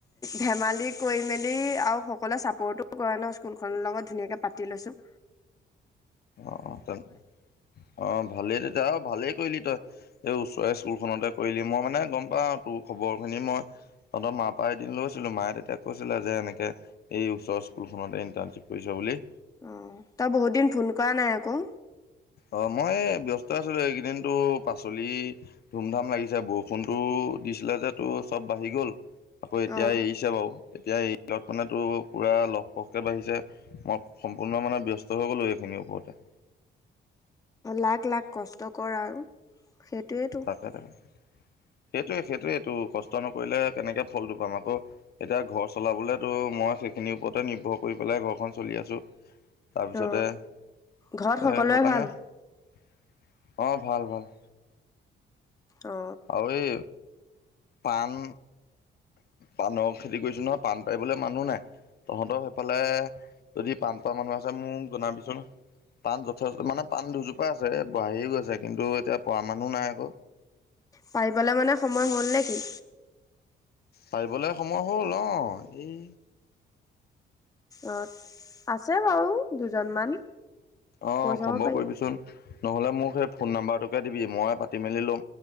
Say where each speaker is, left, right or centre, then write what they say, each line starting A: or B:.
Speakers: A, on the left; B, on the left.
A: ধেমালি কৰি মেলি আৰু সকলোৱে চাপৰ্টোও কৰে ন' স্কুল খনৰ লগত ধুনীয়াকে পাতি লৈছো।
B: অ', অ', ভালেই তেতিয়া আৰু ভালেই কৰিলি তই এই ওচৰৰে স্কুলখনতে কৰিলি মই মানে গম পাওঁ তোৰ খবৰ খিনি মই তহতৰ মাৰ পৰা এদিন লৈছিলো, মায়ে তেতিয়া কৈছিলে যে এনেকে এই ওচৰ স্কুলখনতে ইণ্টাৰ্নশ্বিপ কৰিছ বুলি।
A: অ, তই বহুত দিন ফোন কৰা নাই আকৌ।
B: অ, মই ব্যস্ত আছিলো এইকেইদিনটোৰ পাচলি ধুম ধাম লাগিছে বৰষুণতো ত, দিছিলে যে তোৰ চব বাঢ়ি গ'ল আকৌ এতিয়া
A: অ
B: এৰিছে বাৰু, এতিয়া এৰিত মানে তো পুৰা লহপহকে বাঢ়িছে মই সম্পূৰ্ণ মানে ব্যস্ত হৈ গ'লোঁ এইখিনিৰ ওপৰতে।
A: লাক লাক কষ্টকৰ আৰু, সেইটোৱেইেতো।
B: তাকে তাকে সেইটোৱে সেইটোৱেইটো কষ্ট নকৰিলে কেনেকে ফলটো পাম আকৌ এতিয়া ঘৰ চলাবলেতো মই সেইখিনিৰ ওপৰতে নিৰ্ভৰ কৰি পেলাই ঘৰখন চলি আছো। তাৰপিছতে
A: অ ঘৰত সকলোৰে
B: সকণে
A: ভাল
B: অ' ভাল ভাল।
A: অ
B: আৰু এ পান পাণৰ খেতি কৰিছো নহয়, পাণ পাৰিবলৈ মানুহ নাই। তহঁতৰ সেইফালে যদি পান পৰা মানুহ আছে মোক জনাবিচোন। পাণ যথেষ্ট মানে পাণ দুজোপা আছে এ বাঢ়ি গৈছে, কিন্তু এতিয়া পৰা মানুহ নাই আকৌ।
A: পাৰিবলৈ মানে সময় হ'ল নে কি?
B: পাৰিবলৈ সময় হ'ল অ' এই।
A: অ' আছে বাৰু দুজনমান,
B: অ
A: কৈ চাব
B: খবৰ
A: পাৰি।
B: কৰিবিচোন নহ'লে মোক সেই ফোন নাম্বাৰটোকে দিবি মই পাতি মেলি ল'ম।